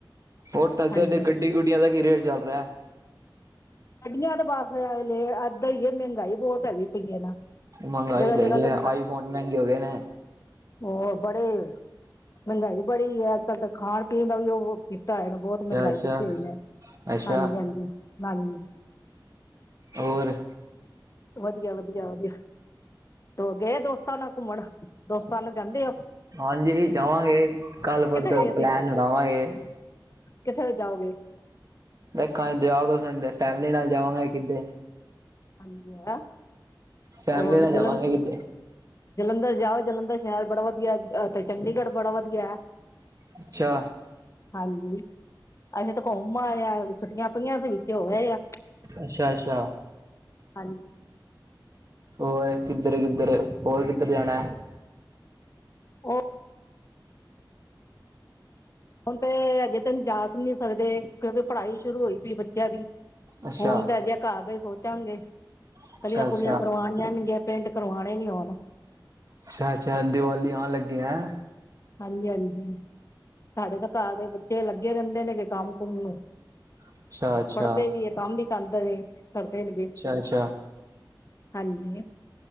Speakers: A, on the right; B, on the left.
A: ਓਰ ਤਾਡੇ
B: ਹਾਂਜੀ
A: ਓਦੇ ਗੱਡੀ-ਗੁੱਡੀਆਂ ਦਾ ਕੀ ਰੇਟ ਚੱਲ ਰੇ ਐ।
B: ਗੱਢੀਆਂ ਤੇ ਬਾੱਸ, ਲੇ ਐਦਾ ਈ ਏ ਮੈਂਗਾਈ ਬੋਤ ਹੈਗੀ ਪੱਈ ਏ ਨਾ।
A: ਮਂਗਾਈ
B: ਜਗ੍ਹਾ
A: ਤੇ
B: ਜਗ੍ਹਾ
A: ਹੈਗੀ
B: ਤਾਂ
A: ਏ ਆਈਫੋਨ ਮੈੰਗੇ ਓ ਗੇਨੇ।
B: ਓ ਬੜੇ। ਮੈਂਗਾਈ ਬੜੀ ਏ, ਆੱਜ-ਕਾੱਲ ਤੇ ਖਾਣ ਪੀਣ ਦਾ ਵੀ ਓਹ ਕੀਤਾ ਹੋਯਾਨੇ ਬੋਤ ਮੈਂਗਾਈ
A: ਅੱਛਾ
B: ਕੀਤੀ
A: ਅੱਛਾ
B: ਓਈ ਨੇ
A: ਅੱਛਾ
B: ਹਾਂਜੀ, ਹਾਂਜੀ-ਹਾਂਜੀ।
A: ਓਰ
B: ਵਦਿਆ, ਵਦਿਆ, ਵਦਿਆ ਤੇ ਹੋਰ ਗਏ ਦੋਸਤਾਂ ਨਾਲ ਕੁੰਮਣ, ਦੋਸਤਾਂ ਨਾ ਜਾਂਦੇ ਓ।
A: ਹਾਂਜੀ, ਜਾਵਾਂਗੇ ਕਾੱਲ ਪਰਸੋਂ
B: ਕਿੱਥੇ ਗਏ
A: ਪਲੈਨ
B: ਸੀ
A: ਬਨਾਵਾਗੇ।
B: <unintelligible> ਜਾਓਗੇ।
A: ਦੇਖਾਂ <unintelligible> ਫੈਮਿਲੀ ਨਾਲ ਜਾਵਾਂਗੇ ਕਿੱਦੇ
B: ਹਾਂਜੀ, ਆ
A: ਫੈਮਿਲੀ
B: ਓਰ
A: ਨਾਲ ਜਾਵਾਂਗੇ
B: ਜਲਨ
A: ਕਿੱਦੇ
B: ਜਲੰਧਰ ਜਾਓ ਜਲੰਧਰ ਸ਼ੈਰ ਬੜਾ ਵਦੀਆ ਏ, ਤੇ ਚੰਡੀਗੜ੍ਹ ਬੜਾ ਵਦੀਆ ਐ।
A: ਅੱਛਾ
B: ਹਾਂਜੀ, ਅਸੀ ਤਾਂ ਘੋਂਮ ਆਏ ਆ, ਛੁੱਟੀਆਂ ਪਈਆਂ ਸੀ ਵਿੱਚ ਹੋ ਆਏ ਆ।
A: ਅੱਛਾ, ਅੱਛਾ
B: ਹਾਂਜੀ।
A: ਓਰ ਕਿਦਰ, ਕਿਦਰ ਓਰ ਕਿਦਰ ਜਾਣੈਂ
B: ਓ ਹੁਨ ਤੇ ਅਜੇ ਤੇ ਜਾ ਨੀ ਸਕਦੇ ਕਿਯੋਂਕਿ ਪੜ੍ਹਾਈ ਸ਼ੁਰੂ ਓਈ ਪੀ ਬੱਚੇਆਂ ਦੀ
A: ਅੱਛਾ
B: ਹੋਨ ਤਾ ਅਜੇ ਘਾੱਰ ਦਾ ਈ ਸੋਚਾਂਗੇ
A: ਅੱਛਾ
B: ਕਲੀਆਂ
A: ਅੱਛਾ
B: ਕੁਲੀਆਂ <unintelligible> ਗੇ ਪੇੰਟ ਕਰਵਾਣੇ ਨਿ ਓਣ
A: ਅੱਛਾ, ਅੱਛਾ ਦਿਵਾਲੀ ਆਨ ਲਗੀ ਐਂ।
B: ਹਾਂਜੀ, ਹਾਂਜੀ ਸਾਡੇ ਤੇ ਘਾੱਰ ਦੇ ਬੱਚੇ ਲੱਗੇ ਰੈਨਦੇ ਨੇ ਗੇ ਕਾੱਮ-ਕੁੱਮ ਨੂੰ।
A: ਅੱਛਾ ਅੱਛਾ
B: ਪੜਦੇ ਵੀ ਏ ਕਾੱਮ ਵੀ ਕਰਾੰਦੇ ਨੇ, ਕਰਦੇ ਨੇ ਜੇ
A: ਅੱਛਾ ਅੱਛਾ
B: ਹਾਂਜੀ,